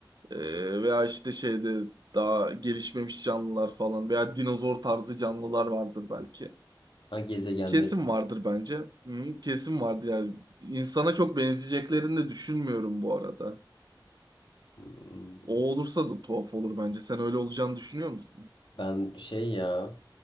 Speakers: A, on the right; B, on the left.
A: e, veya işte şeyde daha gelişmemiş canlılar falan veya dinozor tarzı canlılar vardır belki.
B: Ha gezegenleri
A: Kesin vardır bence. Hı, kesin vardır yani. İnsana çok benzeyeceklerini de düşünmüyorum bu arada.
B: Hmm,
A: O olursa da tuhaf olur bence. Sen öyle olacağını düşünüyor musun?
B: ben şey ya